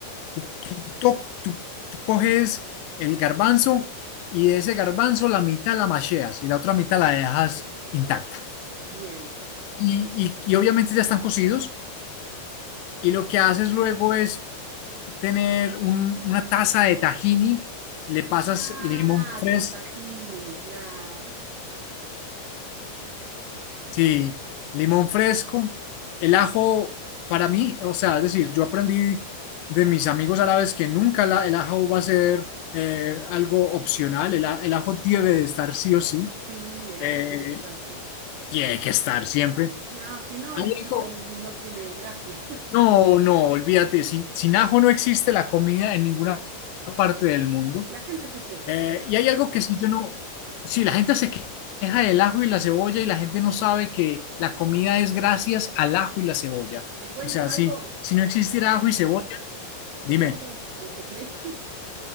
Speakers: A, on the left; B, on the right.
A: tú, tú to- tú- tú coges el garbanzo y de ese garbanzo la mitad la macheas y la otra mitad la dejas intacta.
B: Bien.
A: Y, y, y obviamente ya están cocidos y lo
B: Sí.
A: que haces luego es tener un- una taza de tahini, le pasas
B: Ah,
A: limón fresco,
B: con tahini, claro.
A: sí, limón fresco, el ajo para mí, o sea, es decir, yo aprendí de mis amigos árabes que nunca la- el ajo va a ser eh, algo opcional, el, a- el ajo debe de estar sí o sí,
B: Sí, el
A: eh,
B: ajo tiene que estar, sí.
A: tiene que estar siempre.
B: No, si no
A: Alejo,
B: es como mm, no tiene gracia. <laughs>
A: no,
B: Sí,
A: no, olvídate, sin, sin ajo no existe la comida en ninguna
B: no.
A: parte del mundo.
B: La gente se queja.
A: Eh, y hay algo que sí yo no, si la gente se queja del ajo y la cebolla y la gente no sabe que la comida es gracias al ajo y la cebolla.
B: ¿Te cuento
A: O sea,
B: algo?
A: si, si no existiera ajo y cebolla, dime,
B: ¿Te cuento mi secreto? <laughs>